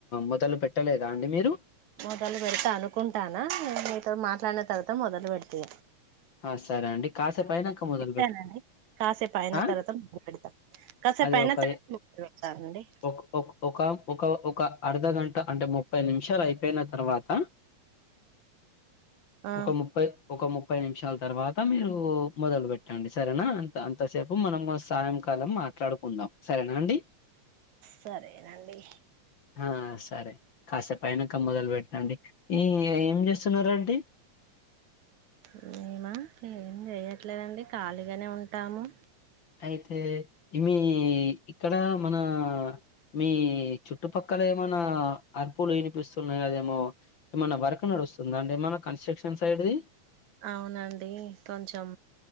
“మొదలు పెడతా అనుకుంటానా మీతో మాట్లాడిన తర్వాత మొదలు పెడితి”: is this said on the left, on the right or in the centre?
Right